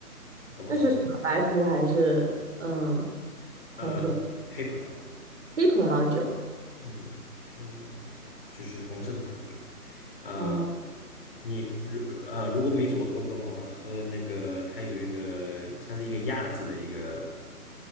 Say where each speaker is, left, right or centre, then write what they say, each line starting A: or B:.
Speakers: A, on the left (about 40°); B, on the right (about 50°).
A: 包知道中文
B: 那是什么？白葡还是嗯、呃
A: 呃，
B: 红葡萄、
A: 黑葡萄，
B: 黑葡萄酒？
A: 嗯，Pinot Noir 就是红色的葡萄酒。啊、
B: 哦，
A: 你如啊、如果没怎么喝过的话，喝那个它有一个像是一个鸭子的一个